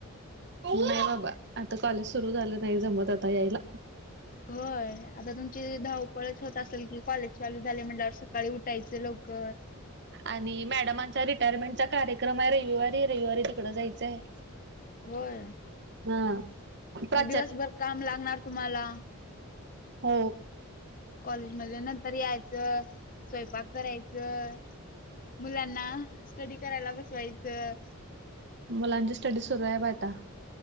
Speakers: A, on the right (about 55°); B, on the left (about 40°).
A: नाही बाबा आता कॉलेज सुरू झालं नाही जमत आता यायला
B: होय आता तुमची धावपळच होत असेल की कॉलेज चालू झाली म्हण सकाळी उठायचं लवकर
A: आणि मॅडमांच्या रिटायरमेंटचा कार्यक्रम आहे रविवारी रविवारी तिकडं जायचं आहे
B: होय
A: हा प्राचार
B: मग दिवसभर काम लागणार तुम्हाला
A: हो
B: कॉलेज मध नंतर यायचं स्वयंपाक करायचं मुलांना स्टडी करायला बसवायचं
A: मुलांची स्टडी सुरू आहे बा आता